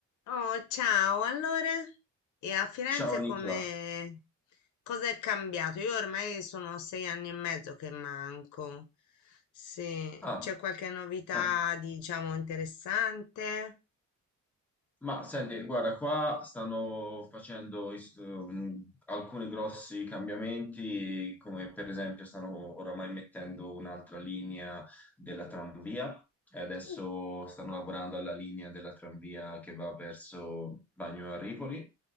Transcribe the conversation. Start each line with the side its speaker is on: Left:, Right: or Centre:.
Left: Oh, ciao, allora? E a Firenze
Centre: Ciao Nicola.
Left: come cosa è cambiato? Io ormai sono sei anni e mezzo che manco. Sì,
Centre: Ah,
Left: c'è qualche novità,
Centre: ah,
Left: diciamo, interessante?
Centre: Ma senti, guarda, qua stanno facendo is- ehm, alcuni grossi cambiamenti, come per esempio stanno oramai mettendo un'altra linea della tranvia e adesso
Left: Mm,
Centre: stanno lavorando alla linea della tranvia che va verso Bagno a Ripoli